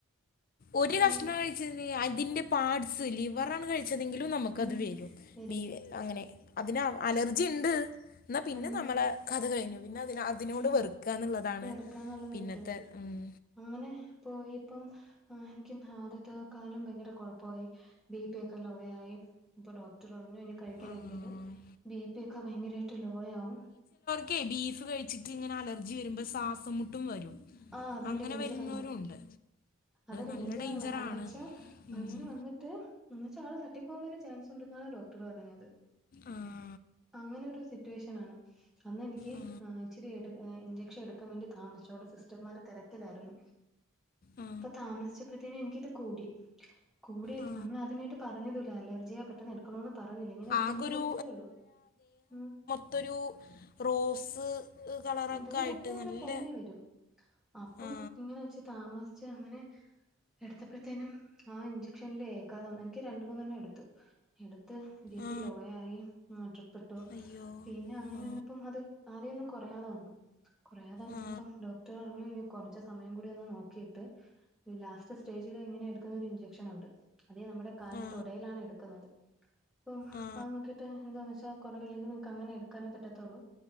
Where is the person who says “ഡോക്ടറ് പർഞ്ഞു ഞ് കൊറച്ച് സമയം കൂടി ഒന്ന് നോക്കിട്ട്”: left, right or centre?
Centre